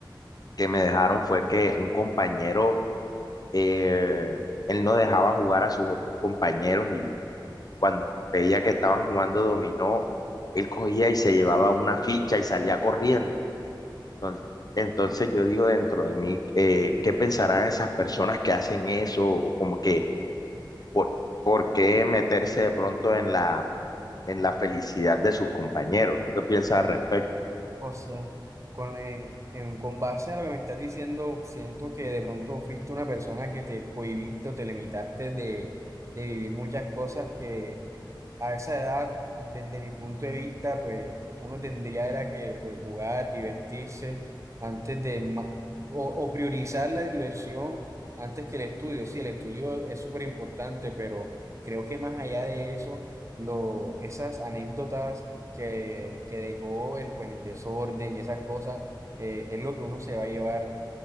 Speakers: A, on the left; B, on the right.
A: que me dejaron fue que un compañero, eh, él no dejaba jugar a sus otros compañeros y cuando veía que estaban jugando dominó, él cogía y se llevaba una ficha y salía corriendo. Entonces, entonces yo digo dentro de mí, eh, ¿qué pensarán esas personas que hacen eso? O como que, ¿por, por qué meterse de pronto en la en la felicidad de sus compañeros. ¿Tú qué piensas al respecto?
B: O sea, con, eh, en- con base a lo que me estás diciendo, siento que de pronto fuiste una persona que te cohibiste o te limitaste de, de vivir muchas cosas que a esa edad, desde mi punto de vista, pues uno tendría era que pues, jugar, divertirse, antes de ma- o, o priorizar la diversión antes que el estudio. Sí, el estudio es súper importante, pero creo que más allá de eso, lo, esas anécdotas que, que dejó el, pues, el desorden y esas cosas, eh, es lo que uno se va a llevar